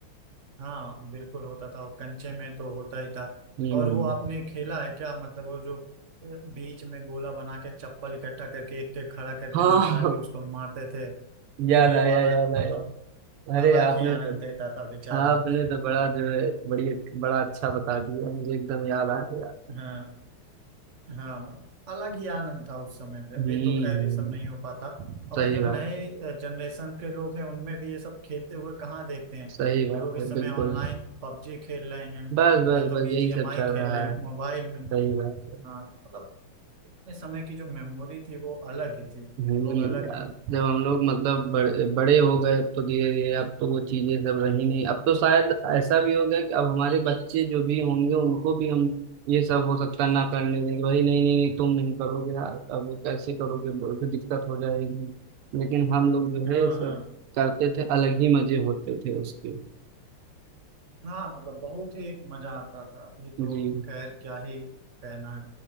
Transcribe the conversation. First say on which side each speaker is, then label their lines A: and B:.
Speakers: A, on the right (about 40°); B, on the right (about 85°).
A: हाँ बिल्कुल होता था वो कंचे में तो होता ही था
B: हम्म
A: और वो आपने खेला है क्या मतलब वो जो अ, बीच में गोला बना के चप्पल इकट्ठा करके एक एक खड़ा करके
B: हाँ
A: निकाल के उसको मारते थे
B: <laughs> याद
A: ये
B: आया
A: वाला
B: याद
A: तो मतलब
B: आया अरे
A: अलग
B: आपने
A: ही आनंद
B: तो
A: देता था बेचारा
B: आपने तो बड़ा जो है बड़ी बड़ा अच्छा बता दिया मुझे एकदम याद आ गया
A: हाँ हाँ मतलब अलग ही आनंद था उस समय पे
B: हम्म
A: अभी तो खैर ये
B: हम्म,
A: सब नहीं हो पाता और
B: सही
A: मैं जो नए
B: बात
A: जनरेशन के लोग हैं उनमें भी ये सब खेलते हुए कहाँ देखते हैं
B: सही बात
A: लोग इस
B: है
A: समय
B: बिल्कुल
A: ऑनलाइन पबजी खेल रहे हैं
B: बस बस
A: या तो
B: बस
A: बीजीएमआई
B: यही सब चल
A: खेल
B: रहा
A: रहे हैं
B: है
A: मोबाइल
B: सही
A: में
B: बात है
A: हाँ मतलब अपने समय की जो मेमोरी थी वो अलग ही थी
B: नहीं
A: लोग अलग
B: यार
A: ही
B: जब हम लोग मतलब
A: मतलब
B: बड़े बड़े हो गए अब तो धीरे धीरे अब तो वो चीजें सब रही नहीं अब तो शायद ऐसा भी हो गया कि अब हमारे बच्चे जो भी होंगे उनको भी हम ये सब हो सकता है ना करने देंगे भाई नहीं नहीं नहीं तुम नहीं करोगे यार अब कैसे करोगे बहुत दिक्कत हो जाएगी लेकिन हम लोग जो
A: हाँ
B: है ये सब
A: हाँ
B: करते थे अलग ही मजे होते थे उसके
A: हाँ मतलब बहुत ही मजा आता था अभी
B: जी
A: तो खैर क्या ही कहना है